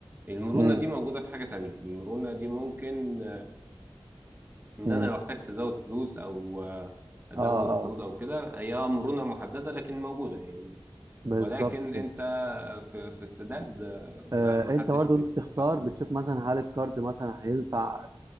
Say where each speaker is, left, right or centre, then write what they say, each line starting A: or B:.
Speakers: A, on the right; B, on the right.
A: المرونه
B: امم
A: دي موجوده في حاجه تانية المرونه دي ممكن ان
B: امم
A: انا لو احتجت ازود فلوس او آه، ازود
B: اه اه
A: قروض او كده هي آه مرونه محدده لكن موجوده يعني
B: بالظبط
A: ولكن
B: كده
A: انت في في السداد آه،
B: آه
A: لا ما
B: انت
A: حدش
B: برضو
A: بي-
B: انت بتختار
A: عنده
B: بتشوف مثلا هل الكارد مثلا هينفع